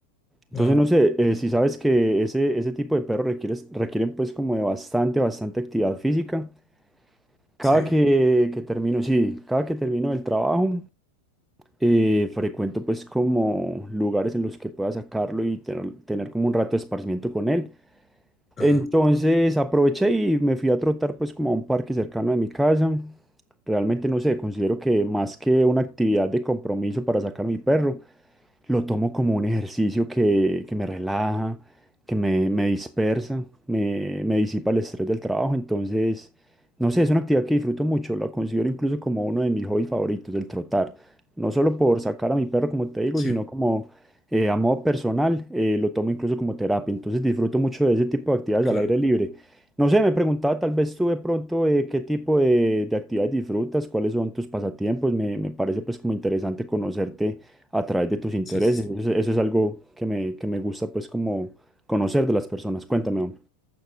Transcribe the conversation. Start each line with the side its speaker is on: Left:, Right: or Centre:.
Centre: Entonces,
Left: Wow,
Centre: no sé, eh, si sabes que ese, ese tipo de perros requiere, requieren pues como de bastante, bastante actividad física. Cada
Left: sí,
Centre: que, que termino, sí, cada que termino el trabajo, eh, frecuento pues como lugares en los que pueda sacarlo y tener, tener como un rato de esparcimiento con él.
Left: ajá,
Centre: Entonces aproveché y me fui a trotar pues como a un parque cercano de mi casa. Realmente no sé, considero que más que una actividad de compromiso para sacar a mi perro, lo tomo como un ejercicio que, que me relaja, que me, me dispersa, me, me disipa el estrés del trabajo. Entonces, no sé, es una actividad que disfruto mucho, la considero incluso como uno de mis hobbies favoritos, el trotar. No solo por sacar a mi perro, como te digo,
Left: sí,
Centre: sino como eh, a modo personal, eh, lo tomo incluso como terapia, entonces disfruto mucho de ese tipo de actividades
Left: claro,
Centre: al aire libre. No sé, me preguntaba tal vez tú de pronto eh, qué tipo de, de actividades disfrutas, cuáles son tus pasatiempos, me, me parece pues como interesante conocerte a través de tus intereses,
Left: sí, sí, sí.
Centre: eso, es eso es algo que me, que me gusta pues como conocer de las personas, cuéntame, hombre.